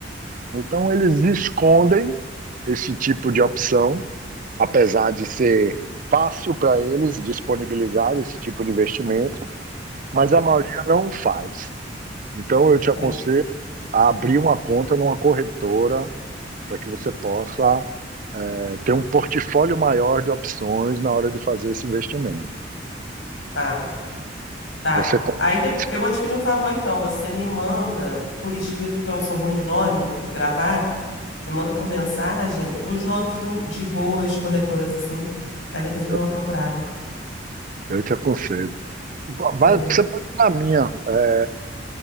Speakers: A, on the right (about 45°); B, on the left (about 80°).
A: Então, eles escondem esse tipo de opção, apesar de ser fácil para eles disponibilizar esse tipo de investimento mas
B: Hum,
A: a maioria não faz. Então, eu te aconselho
B: Tem.
A: a abrir uma conta numa corretora para que você possa eh, ter um portfólio maior de opções na hora de fazer esse investimento.
B: Tá. Tá.
A: Você conhece,
B: Aí depois,
A: você con-
B: eu vou te pedir um favor então. Você me manda por escrito, porque eu sou ruim de nome, de gravar. Me manda por mensagem os nomes do- de boas corretoras assim. Que aí depois eu dou
A: eu,
B: uma procurada.
A: eu te aconselho. Va- Vai,
B: Beleza,
A: você pode ir na minha, eh,